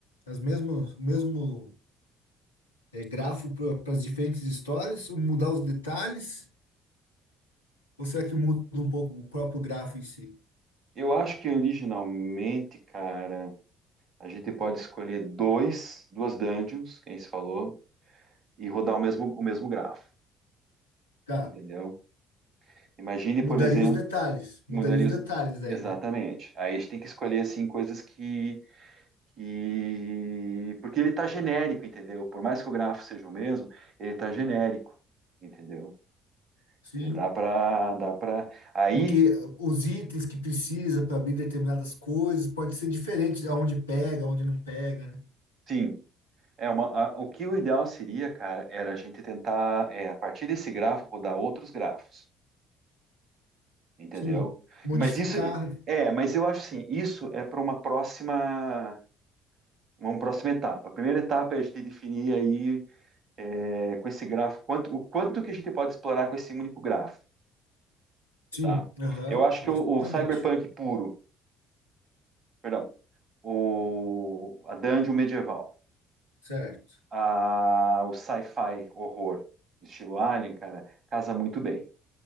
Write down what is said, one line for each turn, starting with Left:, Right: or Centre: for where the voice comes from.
Left: as mesmo o mesmo eh, grafo para as diferentes histórias, ou mudar os detalhes, ou será que muda um pouco o próprio grafo em si?
Right: eu acho que originalmente, cara, a gente pode escolher dois, duas dungeons, quem se falou, e rodar o mesmo, o mesmo grafo,
Left: Tá,
Right: entendeu? Imagine,
Left: mudaria
Right: por exemplo,
Left: os detalhes,
Right: mudaria
Left: mudaria os
Right: os...
Left: detalhes
Right: Exatamente.
Left: aí, né?
Right: Aí a gente tem que escolher, assim, coisas que... que... Porque ele está genérico, entendeu? Por mais que o grafo seja o mesmo, ele está genérico, entendeu?
Left: Sim.
Right: Ele dá para, dá para. Aí,
Left: Porque os itens que precisa para abrir determinadas coisas pode ser diferente de onde pega, onde não pega, né?
Right: sim, é uma... a- o que o ideal seria, cara, era a gente tentar, é, a partir desse grafo, rodar outros grafos, entendeu?
Left: Sim. Modificar.
Right: Mas isso... É, mas eu acho assim, isso é para uma próxima... Uma próxima etapa. A primeira etapa é a gente definir aí é, com esse grafo, quanto, o quanto que a gente pode explorar com esse único grafo,
Left: Sim.
Right: tá?
Left: Aham,
Right: Eu acho que
Left: justamente.
Right: o, o cyberpunk puro, perdão, o, a dungeon medieval,
Left: Certo.
Right: a, o sci-fi horror, estilo Alien, cara, casa muito bem.